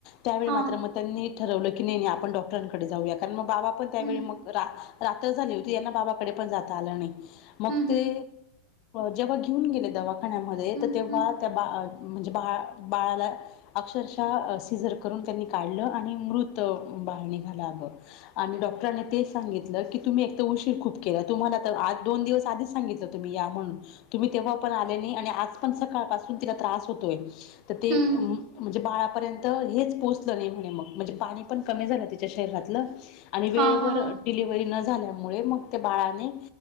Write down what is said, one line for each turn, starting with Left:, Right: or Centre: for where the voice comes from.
Left: त्यावेळी
Right: हा
Left: मात्र मग त्यांनी ठरवलं की नाही नाही आपण डॉक्टरांकडे जाऊया कारण मग बाबा पण त्यावेळी
Right: हम्म
Left: मग रा -- रात्र झाली होती यांना बाबाकडे पण जाता आलं नाही मग
Right: हम्म
Left: ते जेव्हा घेऊन गेले दवाखान्यामध्ये
Right: हम्म
Left: तर तेव्हा
Right: हम्म
Left: त्या बा म्हणजे बाळ बाळाला अक्षरशः सिजर करून त्यांनी काढलं आणि मृत बाळ निघालं अगं आणि डॉ डॉक्टरांनी तेच सांगितलं की तुम्ही एक तर उशीर खूप केला. तुम्हाला आ दोन दिवस आधीच सांगितलं होत तुम्ही या म्हणून -- तुम्ही तेव्हा पण आले नाही आणि आज पण सकाळ पाासून तिला त्रास होतोय. तर ते
Right: हम्म
Left: म्हणजे बाळ -- बाळापर्यंत हेच पोहचलं नाही म्हणे मग म्हणजे पाणी पण कमी झालं तिच्या शरीरातलं आणि वेळे
Right: हा
Left: --
Right: हा
Left: वर डिलिव्हरी न झाल्यामुळे मग त्या बाळाने